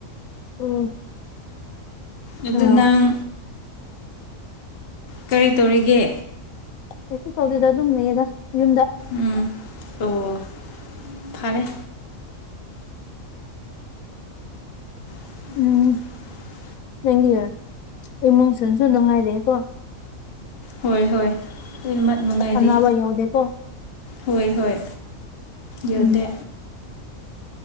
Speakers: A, on the left; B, on the left.
A: ꯎꯝ
B: ꯑꯗꯨ
A: ꯑꯥ
B: ꯅꯪ ꯀꯥꯔꯤ ꯇꯧꯔꯤꯒꯦ
A: ꯀꯩꯁꯨ ꯇꯧꯗꯦꯗ ꯑꯗꯨꯝ ꯂꯩꯌꯦꯗ ꯌꯨꯝꯗ
B: ꯎꯝ ꯑꯣ ꯐꯥꯔꯦ <unintelligible>
A: ꯎꯝ
B: <inaudible>
A: ꯅꯪꯒꯤ ꯏꯃꯨꯡꯁꯤꯡꯁꯨ ꯅꯨꯡꯉꯥꯏꯔꯤꯌꯦꯀꯣ
B: ꯍꯣꯏ ꯍꯣꯏ ꯂꯣꯏꯅꯃꯛ ꯅꯨꯡꯉꯥꯏꯔꯤ
A: ꯑꯅꯥꯕ ꯌꯥꯎꯗꯦꯀꯣ
B: ꯍꯣꯏ ꯍꯣꯏ ꯌꯥꯎꯗꯦ
A: ꯎꯝ